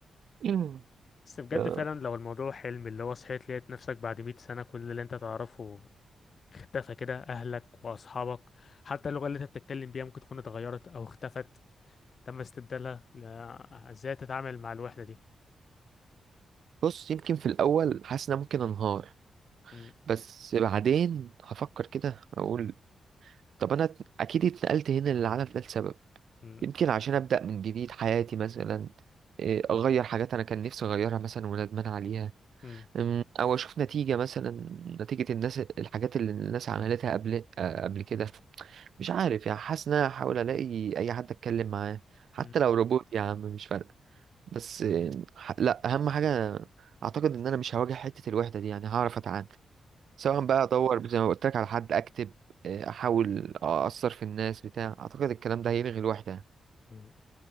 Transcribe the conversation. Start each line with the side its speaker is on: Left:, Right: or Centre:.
Right: <laughs>
Left: بس بجد
Right: آه،
Left: فعلا لو الموضوع حلم اللي هو صحيت لقيت نفسك بعد 100 سنة كل اللي انت تعرفه اختفى كده اهلك واصحابك حتى اللغة اللي انت بتتكلم بيها ممكن تكون اتغيرت او اختفت تم استبدالها لا، ازاي تتعامل مع الوحدة دي
Right: بص يمكن في الاول حاسس ان انا ممكن انهار
Left: م-
Right: بس بعدين هفكر كده اقول طب انا ات- اكيد اتنقلت هنا للعالم ده لسبب
Left: م-
Right: يمكن عشان ابدا من جديد حياتي مثلا إيه، اغير حاجات انا كان نفسي اغيرها مثلا وندمان عليها
Left: م-
Right: أم، او اشوف نتيجه مثلا نتيجه الناس الحاجات اللي الناس عملتها قبل آه، قبل كده مش عارف يعني حاسس ان انا هحاول الاقي اي حد اتكلم معاه حتى
Left: م.
Right: لو روبوت يا عم مش فارقه بس آه، ح- لا اهم حاجه اعتقد ان انا مش هواجه حته الوحده دي يعني هعرف اتعامل سواء بقى ادور زي ما قلت لك على حد اكتب آه، احاول اثر في الناس بتاع اعتقد الكلام ده هيلغي الوحده
Left: <laughs>